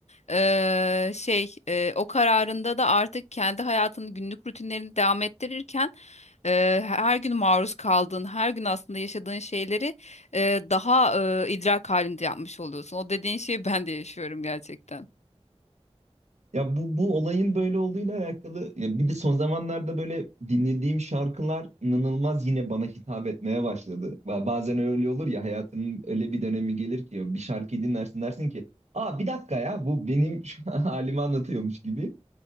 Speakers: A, on the left; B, on the right.
A: Ee, şey e, o kararında da artık kendi hayatının günlük rutinlerini devam ettirirken e, her gün maruz kaldığın, her gün aslında yaşadığın şeyleri e, daha e, idrak halinde yapmış oluyorsun. O dediğin şeyi ben de yaşıyorum gerçekten.
B: Ya bu bu olayın böyle olduğuyla alakalı ya bir de son zamanlarda böyle dinlediğim şarkılar inanılmaz yine bana hitap etmeye başladı. Ba- Bazen öyle olur ya hayatının öyle bir dönemi gelir ki bir şarkıyı dinlersin dersin ki Aa bir dakika ya bu benim <laughs> şu an halimi anlatıyormuş gibi.